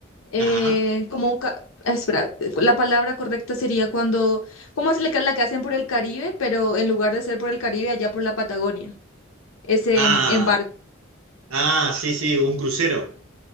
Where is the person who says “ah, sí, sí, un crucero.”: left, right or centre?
Right